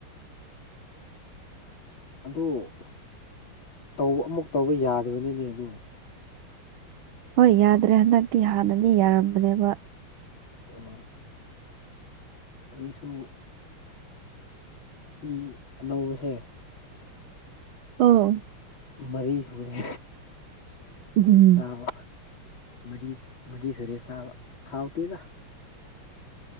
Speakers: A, on the left; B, on the right.
A: ꯑꯗꯨ ꯑꯃꯨꯛ ꯇꯧꯕ ꯌꯥꯗꯕꯅꯤꯅꯦ ꯑꯗꯨ
B: ꯍꯣꯏ ꯌꯥꯗ꯭ꯔꯦ ꯍꯟꯗꯛꯇꯤ ꯍꯥꯟꯅꯅꯤ ꯌꯥꯔꯝꯕꯅꯦꯕ
A: <unintelligible> ꯑꯩꯁꯨ꯫ ꯐꯤ ꯑꯅꯧꯕꯁꯦ꯫
B: ꯑꯣ꯫
A: ꯃꯔꯤ ꯁꯨꯔꯦ
B: ꯎꯝ
A: ꯆꯥꯕ꯫ ꯃꯔꯤ ꯃꯔꯤꯁꯨꯔꯦ ꯆꯥꯕ ꯍꯥꯎꯇꯦꯗ꯫